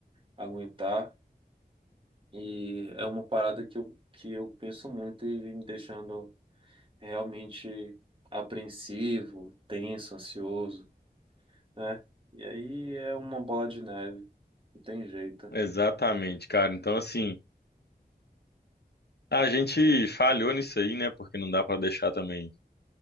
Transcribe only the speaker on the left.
Exatamente, cara. Então, assim. A gente falhou nisso aí, né? Porque não dá para deixar também